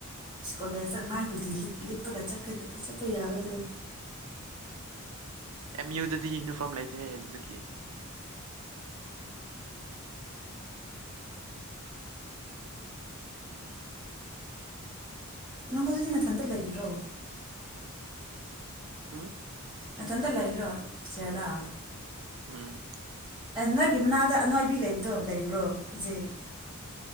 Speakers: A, in the centre; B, on the right (about 80°).
A: ꯗꯣꯜꯂꯔ ꯆꯠꯃꯥꯏ ꯍꯨꯗꯤ ꯂꯤꯠ ꯂꯤꯠꯄꯒ ꯆꯠꯀ ꯆꯠꯄ ꯌꯥꯒꯗ꯭ꯔꯣ
B: ꯑꯦꯝ ꯌꯨꯗꯗꯤ ꯌꯨꯅꯤꯐꯣꯔꯝ ꯂꯩꯇꯦ ꯑꯗꯨꯀꯤ
A: ꯅꯪ ꯍꯧꯖꯤꯛꯇꯤ ꯅꯊꯟꯇ ꯂꯩꯔꯤꯔꯣ
B: ꯑꯨꯡ
A: ꯃꯊꯟꯗ ꯂꯩꯔꯣ ꯏꯇ꯭ꯌꯔꯗ
B: ꯎꯝ
A: ꯅꯣꯏꯒꯤ ꯃꯅꯥꯛꯇ ꯑꯅꯣꯏꯕꯤ ꯂꯩꯕꯗꯣ ꯂꯩꯕ꯭ꯔꯣ ꯍꯧꯖꯤꯛ